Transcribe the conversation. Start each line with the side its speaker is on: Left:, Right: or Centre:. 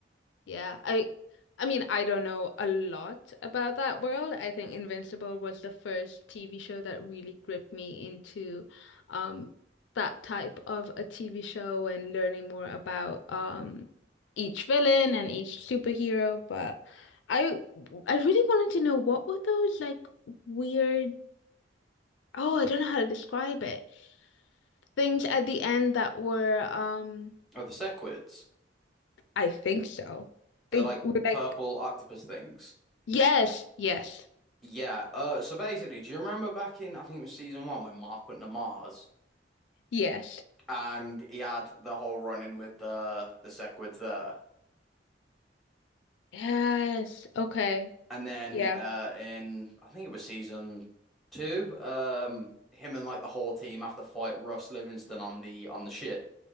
Left: Yeah, I I mean, I don't know a lot about that world. I think Invincible was the first TV show that really gripped me into um that type of a TV show and learning more about um each villain and each superhero, but I I really wanted to know what were those like weird Oh, I don't know how to describe it. Things at the end that were um
Centre: Oh, the Sequids.
Left: I think so.
Centre: They're
Left: They
Centre: like
Left: were like
Centre: purple octopus things.
Left: yes, yes.
Centre: Yeah. Uh, so basically, do you remember back in, I think it was season one when Mark went to Mars?
Left: Yes.
Centre: and he had the whole run in with the the Sequids there.
Left: Yes. Okay.
Centre: And then
Left: Yeah.
Centre: uh in I think it was season two, um him and like the whole team have to fight Russ Livingston on the on the ship.